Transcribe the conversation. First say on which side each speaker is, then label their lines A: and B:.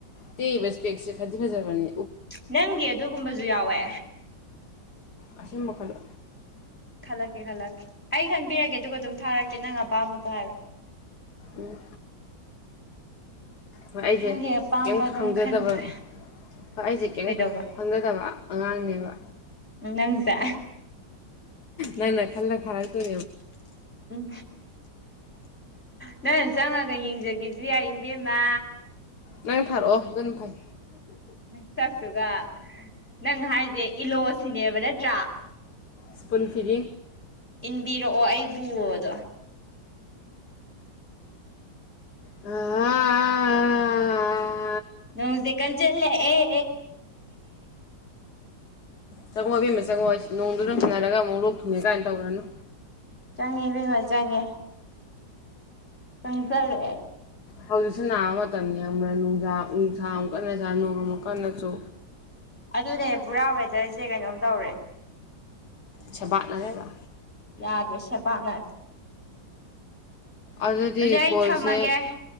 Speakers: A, on the left; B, on the left.
A: ꯇꯦꯛꯏꯕ ꯏꯁꯄꯦꯛꯁꯦ ꯐꯗꯤ ꯐꯖꯕꯅꯦ
B: ꯅꯪꯒꯤ ꯑꯗꯨꯒꯨꯝꯕꯁꯨ ꯌꯥꯎꯋꯦ
A: ꯑꯁꯤꯁꯨꯝ ꯃꯈ ꯈꯜꯂ
B: ꯈꯜꯂꯛꯀꯦ ꯈꯜꯂꯛꯀꯦ ꯑꯩ ꯈꯟꯕꯤꯔꯒꯦ ꯑꯗꯨꯒ ꯑꯗꯨꯝ ꯊꯥꯔꯛꯀꯦ ꯅꯪ ꯑꯄꯥꯝꯕꯗꯣ ꯍꯥꯏꯔꯛꯑꯣ
A: ꯎꯝ ꯍꯣꯏ ꯑꯩꯁꯦ
B: ꯅꯪꯒꯤ ꯑꯄꯥꯝꯕ
A: ꯀꯔꯤꯝ
B: ꯑꯗꯨꯝ
A: ꯈꯪꯖꯗꯕ
B: ꯈꯟꯕ
A: ꯍꯣꯏ ꯑꯩꯁꯦ ꯀꯔꯤꯝ
B: ꯀꯩꯗꯧꯕ
A: ꯈꯪꯖꯗꯕ ꯑꯉꯥꯡꯅꯦꯕ
B: ꯅꯪꯁꯦ
A: ꯅꯪꯅ ꯈꯜꯂ ꯊꯥꯔꯛꯇꯣꯏ
B: ꯎꯝ ꯅꯪꯅ ꯆꯪꯉꯒ ꯌꯦꯡꯖꯒꯦꯁꯤ ꯌꯥꯏ ꯏꯕꯦꯝꯃ
A: ꯅꯪꯊꯔꯣꯑꯣ ꯑꯗꯨꯅꯐꯩ
B: ꯆꯠꯠꯇꯨꯒ ꯅꯪ ꯍꯥꯏꯁꯦ ꯏꯂꯣꯁꯤꯅꯦꯕ ꯅꯠꯇ꯭ꯔꯥ
A: ꯁꯤꯄꯟ ꯐꯔꯤ
B: ꯏꯟꯕꯤꯔꯛꯑꯣ ꯑꯩꯕꯨꯗꯣ
A: ꯑ
B: ꯅꯣꯡꯁꯤ ꯀꯟ ꯆꯜꯂ ꯑꯦ
A: ꯆꯪꯉꯣ ꯑꯕꯦꯝ ꯑꯃ ꯆꯪꯉꯛꯑꯣ ꯑꯩꯁ ꯅꯣꯡꯗꯨꯗꯪ ꯁꯥꯟꯅꯔꯒ ꯑꯃꯨꯛ ꯂꯣꯛꯈꯤꯅꯦ ꯀꯥꯏꯅ ꯇꯧꯔꯅꯨ
B: ꯆꯪꯉꯦꯕꯦꯝꯃ ꯆꯪꯉꯦ ꯆꯪꯁꯔꯦ
A: ꯍꯧꯖꯤꯛꯁꯤ ꯅꯥꯕ ꯃꯇꯝꯅꯤ ꯑꯃ ꯅꯨꯡꯁꯥ ꯅꯨꯡꯁꯥ ꯑꯃꯨꯛꯀꯟꯅ ꯁꯥꯥ ꯅꯣꯡ ꯑꯃꯨꯛ ꯀꯟꯅꯁꯨ
B: ꯑꯗꯨꯅꯦ ꯄꯨꯔꯥ ꯋꯦꯗꯔꯁꯦ ꯀꯩꯅꯣꯝ ꯇꯧꯔꯦ
A: ꯆꯕꯥꯅꯔꯦꯕ
B: ꯌꯥꯗ꯭ꯔꯦ ꯁꯦꯕꯥꯥꯛꯅ
A: ꯑꯗꯨꯗꯤ
B: ꯍꯧꯖꯤꯛ ꯑꯩ
A: ꯀꯣꯜꯁꯦ
B: ꯊꯝꯃꯒꯦ